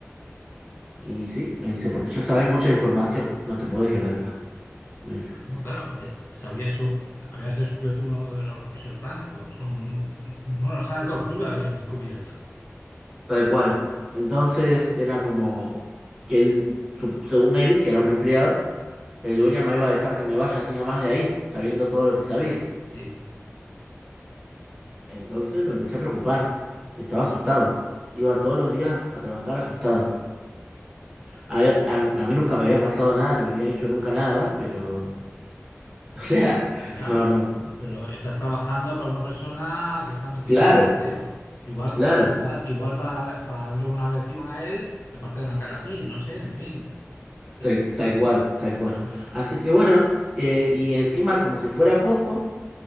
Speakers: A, on the right (about 15°); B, on the left (about 55°).
A: Y sí, me dice, porque ya sabés mucha información, no te podés ir de acá, me dijo.
B: Bueno, claro, ya sabías un- habías descubierto uno de los pisos francos, un, bueno, sala de tortura habías descubierto.
A: Tal cual. Entonces era como que él, su- según él, que era un empleado, el dueño no iba a dejar que me vaya así nomás de ahí, sabiendo todo lo que sabía.
B: Sí,
A: Entonces me empecé a preocupar, estaba asustado. Iba todos los días a trabajar asustado. A ver, a, a mí nunca me había pasado nada, ni me habían hecho nunca nada, pero... <laughs> O sea,
B: ya,
A: no,
B: pero,
A: no.
B: pero estás trabajando para una persona que está metida
A: Claro,
B: en muchos bandeos. Igual,
A: claro,
B: igual, igual para, para darle una lección a él, te parte de la cara a ti, no sé, en fin. Yo-
A: tal, tal cual, tal cual.
B: claro,
A: Así que bueno, eh, y encima como si fuera poco,